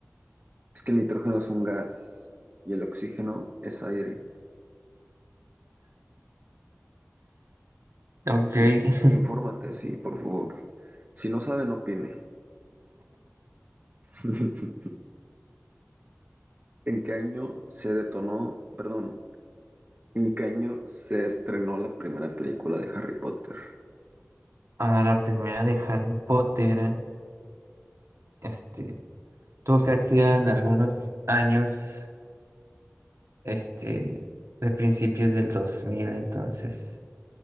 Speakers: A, on the right (about 35°); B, on the right (about 65°).
A: Es que el nitrógeno es un gas y el oxígeno es aire.
B: Ok. <laughs>
A: I- infórmate, sí, por favor. Si no sabe, no opine. <laughs> ¿En qué año se detonó, perdón, en qué año se estrenó la primera película de Harry Potter?
B: A la primera de Harry Potter. Este. Tuvo que haber en algunos años. Este. De principios del dos mil Entonces.